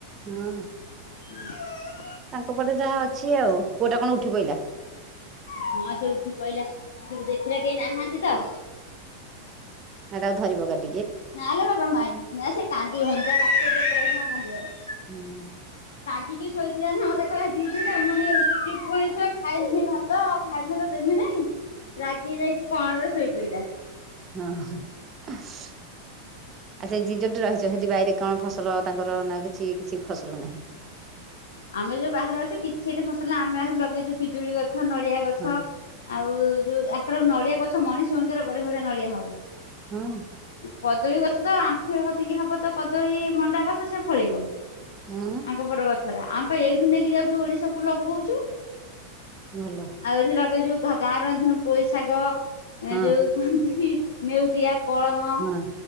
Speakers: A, on the right (about 30°); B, on the left (about 65°).
A: ହଁ।
B: ହୁଁ
A: ତାଙ୍କ ପଟେ ଯାହା ଅଛି ଆଉ। ପୁଅ ଟା କଣ ଉଠି ପଇିଲା?
B: ହଁ ସେ ଉଠି ପଇଲା ସବୁ ଦେଖିଲା କେହି ନାହାନ୍ତି ତ।
A: ନାଁ ତାକୁ ଧରିବ ଗାଲି।
B: ନଲେ ବାବା ମାାଇ ନା ସେ କାନ୍ଦିବନି ପା ପାଖରେ <inaudible> କାନ୍ଦିବନି।
A: ହୁଁ।
B: କି ଶୋଇଥିଲା ନା ମତେ କହିଲା ଦିଦି ତମର <inaudible> ଖାଇ ପିଇ ଭା ତ ଖାଇଥିଲେ ତତେ ଦେମି ନାଇଁ ରାଗି ଯାଇକି କଣରେ ଶୋଇପଇଲା।
A: ହଁ। ଆଚ୍ଛା ସେ ଜି ଯୋଉଠି ରହିଛ ସେଠି ବାଇରେ କଣ ଫସଲ ତାଙ୍କର ନାଗୁଛି କିଛି ଫସଲ ନାହିଁ।
B: ଆମେ ଯୋଉ ବାହାରେ ଅଛ କିଛି ଏଠି ଫସଲ ଆମେ ଆହୁରି ଲଗେଇଛୁ ପିଜୁଳି ଗଛ ନଡିଆ ଗଛ
A: ହଁ
B: ଆଉ ଯୋଉ ଆଙ୍କର ନଡିଆ ଗଛ ମଣିଷ ଉଞ୍ଚାରେ ବଢିଆ ବଢିଆ ନଡିଆ ହବ।
A: ହଁ।
B: କଦଳୀ ଗଛ ତ ଆଣ୍ଠୁଆ କତିକି ହବ ତ କଦଳୀ ମଣ୍ଡା ଗଛ ସେ ଫଳିବ।
A: ହଁ
B: ଆଙ୍କ ପଟ ଗଛରେ ଆମେ ପା ଏଇଠୁ ନେଇକି ଯାଉଛୁ ଓଡିଶାକୁ ଲଗଉଛୁ।
A: ଭଲ
B: ଆଉ ଏଠି ଲଗେଇଚୁ ଗାଁରୁ ଆଣିଥିଲୁ ପୋଇଶାଗ
A: ହଁ
B: ଏ ଯୋଉ କୁହନ୍ତି କି ନେଉଟିଆ ପଳମ।
A: ହଁ